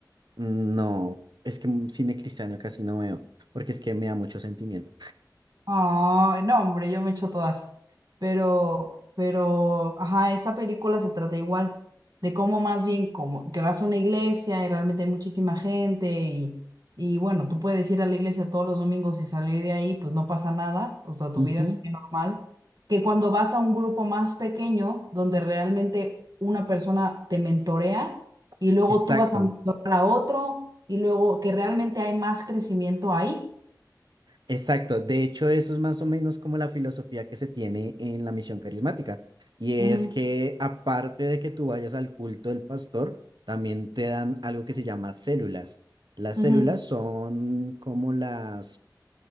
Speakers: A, on the right; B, on the right.
A: Mm, No, es que mm, cine cristiano casi no veo, porque es que me da mucho sentimiento.
B: Ah, no, hombre, yo me echo todas. Pero, pero, ajá, esa película se trata igual de cómo más bien, como que vas a una iglesia y realmente hay muchísima gente y, y bueno, tú puedes ir a la iglesia todos los domingos y salir de ahí, pues no pasa nada, o sea, tu
A: Ujú,
B: vida sigue normal. Que cuando vas a un grupo más pequeño, donde realmente una persona te mentorea y luego
A: exacto.
B: tú vas a mentorar a otro y luego que realmente hay más crecimiento ahí.
A: Exacto, de hecho eso es más o menos como la filosofía que se tiene en la misión carismática, y
B: Ujú,
A: es que aparte de que tú vayas al culto del pastor, también te dan algo que se llama células. Las
B: ujú,
A: células son como las,